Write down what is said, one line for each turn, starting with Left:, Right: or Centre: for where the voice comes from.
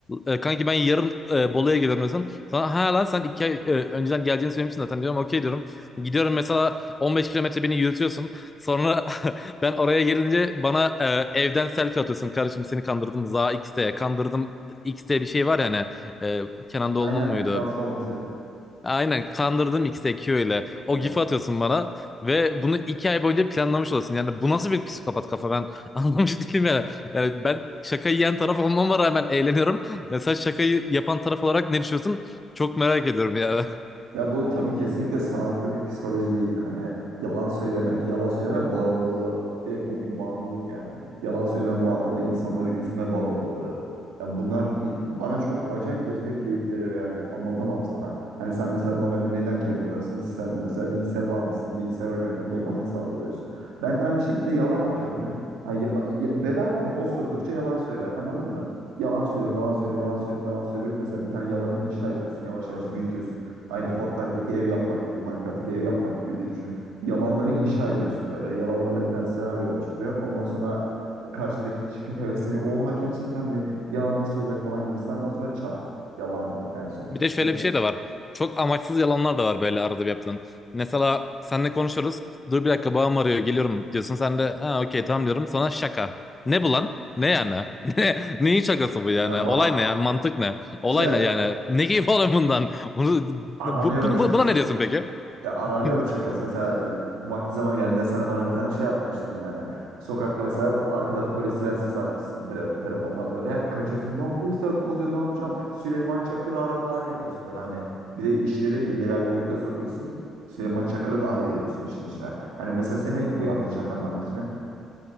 Left: e, kanki ben yarın e, Bolu'ya geliyorum diyorsun. Sonra ha lan sen iki ay e, önceden geleceğini söylemiştin zaten diyorum. Okey diyorum. Gidiyorum mesela 15 kilometre beni yürütüyorsun. Sonra <laughs> Ben oraya gelince bana e, evden selfie atıyorsun. Kardeşim seni kandırdım. Za X'te kandırdım. X'te bir şey var ya hani e, Kenan Doğulu'nun
Right: Aynen
Left: muydu?
Right: transformici.
Left: Aynen kandırdım X'te Q ile. O
Right: Evet.
Left: gif'i atıyorsun bana ve bunu iki ay boyunca planlamış olasın. Yani bu nasıl bir psikopat kafa ben <laughs> anlamış değilim yani. Yani ben şaka yiyen taraf olmama rağmen eğleniyorum. Ya sen şakayı yapan taraf olarak ne düşünüyorsun? Çok merak ediyorum yani. <laughs>
Right: Ya bu tabii kesinlikle sağlıklı bir psikoloji değil. Hani yalan söylemek, yalan söyleme bağımlılığı. Direkt bu bir bağımlılık yani. Yalan söyleme bağımlılığı, insanları üzme bağımlılığı. Ya bunlar i- bana çok acayip derecede keyif veriyor yani anlatamam sana. Hani sen mesela normalde neyden keyif alırsın? Sen mesela bilgisayar bağımlısın. Bilgisayar oynarken dopamin salgılıyorsun. Ben de aynı şekilde yalan atıyorum ya. Hani ya- ya- bedava mı? Osurdukça yalan söyle. Anladın mı? Yalan söylüyorum, yalan söylüyorum, yalan söylüyorum, yalan söylüyorum. Mesela bir tane yalanı inşa ediyorsun. Yavaş yavaş büyütüyorsun. Aynı Fortnite'daki ev yapmak gibi, Minecraft'taki ev yapmak gibi düşün. Yalanları inşa ediyorsun böyle. Yalanlarla bir tane senaryo oluşturuyorsun. Ondan sonra karşındaki kişi çok hevesleniyor. Oha gerçekten mi? Ya nasıl olacak falan gibisinden. Ondan sonra çat. Yalandı en son.
Left: Bir de şöyle
Right: E,
Left: bir şey de var. Çok amaçsız yalanlar da var böyle arada bir yaptığın. Mesela seninle konuşuyoruz. Dur bir dakika babam arıyor geliyorum diyorsun. Sen de ha okey tamam diyorum. Sana şaka. Ne bu lan? Ne yani? <laughs> Ne, neyin şakası bu yani?
Right: e, ba-
Left: Olay ne yani? Mantık ne? Olay
Right: işte
Left: ne yani? Ne keyif <laughs> alıyorsun bundan? Bunu,
Right: aranıyorum
Left: bu, bunu-
Right: şakası.
Left: buna ne diyorsun peki?
Right: Ya aranıyorum
Left: <laughs>
Right: şakası. Mesela vakti zaman geldiğinde sen de bana bir tane şey yapmıştın yani. Sokakta mesela arkada polis siren sesi açmışsın tele- telefondan böyle. Kaçıyorsun. Lan polisler kovalıyor ne yapacağım? Süleyman Çakır'ı ara falan yapıyorsun böyle hani. Bir de işleri illegal boyuta sokuyorsun. Süleyman Çakır'ı dahil ediyorsun işin içine. Hani mesela senin bu yaptığın şakanın amacı ne?